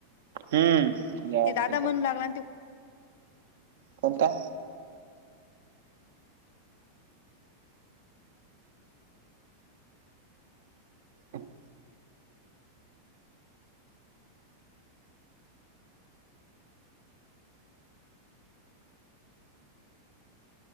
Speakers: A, on the right; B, on the left.
A: हम्म यावर्षी
B: ते दादा
A: येतात
B: म्हणू लागलांत्यो
A: कोणता हम